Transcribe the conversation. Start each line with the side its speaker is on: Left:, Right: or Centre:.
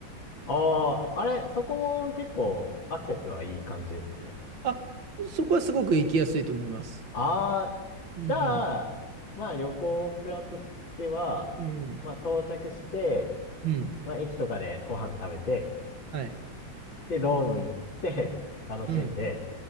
Left: ああ、あれ、そこも結構アクセスはいい感じですかね。
Right: あ、そこはすごく行きやすいと思います。
Left: ああ、
Right: うん
Left: じゃあ、まあ旅行プランとしては、
Right: うん。うん。
Left: まあ到着して、
Right: うん。
Left: まあ駅とかでご飯食べて、
Right: はい。
Left: で、ドーム行って、楽しんで、
Right: うん。